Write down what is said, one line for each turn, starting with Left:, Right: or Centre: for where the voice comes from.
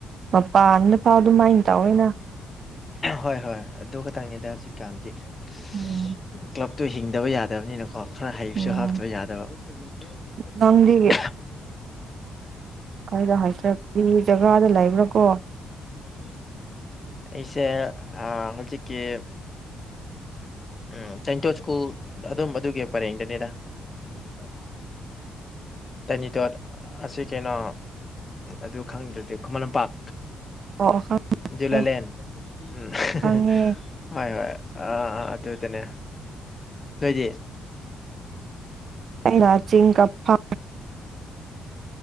Right: ꯃꯄꯥꯟꯗ ꯐꯥꯎ ꯑꯗꯨꯃꯥꯏꯅ ꯇꯧꯑꯣꯏꯅ
Left: ꯍꯣꯏ ꯍꯣꯏ ꯑꯗꯨ ꯈꯛꯇꯪꯅꯤꯗ ꯍꯧꯖꯤꯛꯀꯥꯟꯗꯤꯞ
Right: ꯎꯝ
Left: ꯇꯨ ꯍꯤꯡꯗꯕ ꯌꯥꯗꯕꯅꯤꯅꯣ ꯀꯣ ꯈꯔ ꯍꯩꯁꯨ
Right: ꯎꯝ
Left: ꯍꯥꯞꯇꯕ ꯌꯥꯗꯕ
Right: ꯅꯪꯗꯤ ꯈꯔꯗ ꯍꯥꯏꯖꯔꯛꯄꯤ ꯖꯒꯥꯗ ꯂꯩꯕ꯭ꯔꯥ ꯀꯣ
Left: <unintelligible> ꯏꯁꯦ ꯑ ꯍꯧꯣꯏꯁꯦ ꯀ ꯎꯝ ꯁꯇꯣ ꯁ꯭ꯀꯨꯜ ꯑꯗꯨꯝ ꯑꯗꯨꯒꯤ ꯄꯔꯦꯡꯗꯅꯤꯗ ꯇꯅꯤꯇꯣꯠ ꯑꯁꯤ ꯀꯩꯅꯣ ꯑꯗꯨ ꯈꯪꯗ꯭ꯔꯗꯤ ꯈꯨꯃꯟ ꯂꯝꯄꯥꯛ
Right: ꯑꯣ ꯈꯪꯉꯦ
Left: ꯗꯨꯂꯥꯂꯦꯟ ꯍꯣꯏ
Right: ꯈꯪꯉꯦ
Left: ꯍꯣꯏ ꯑꯥ ꯑꯥ ꯑꯗꯨꯗꯅꯦ ꯅꯣꯏꯗꯤ
Right: ꯑꯅ ꯆꯤꯡ ꯀ ꯐ